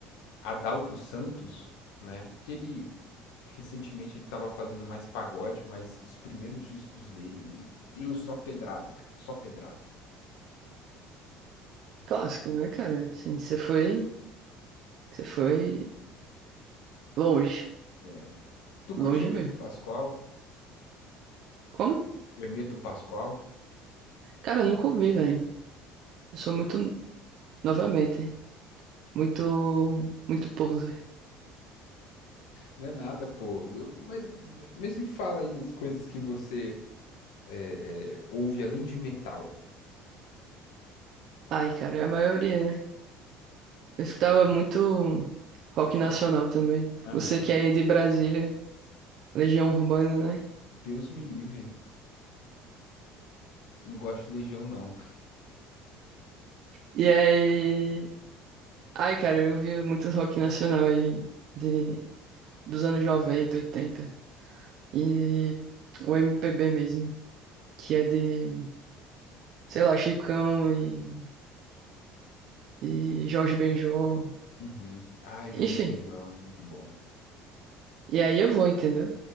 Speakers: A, on the left; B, on the right.
A: Adalto Santos, né? Que ele recentemente ele tava fazendo mais pagode, mas os primeiros discos dele, meu Deus, só pedrada, cara, só pedrada.
B: clássico, né, cara? Assim, você foi, você foi longe,
A: É. Tu curte
B: longe
A: Hermeto
B: mesmo.
A: Pascoal?
B: Como?
A: Hermeto Pascoal?
B: Cara, eu nunca ouvi, velho.
A: <laughs>
B: Eu sou muito, novamente. muito, muito poser.
A: Não é nada, pô. Eu- mas, mas me fala aí as coisas que você é, é, ouve além de metal.
B: Ai, cara, é a maioria, né? Eu escutava muito rock nacional também.
A: Aham.
B: Você que é de Brasília, Legião Urbana, né?
A: Deus me livre. Não gosto de Legião, não.
B: E aí, ai, cara, eu ouvi muito rock nacional aí de dos anos 90 80 e o MPB mesmo, que é de, sei lá, Chicão e, e Jorge Benjor,
A: Uhum. Ai, Jorge
B: enfim.
A: Benjor, muito bom.
B: E aí eu vou, entendeu?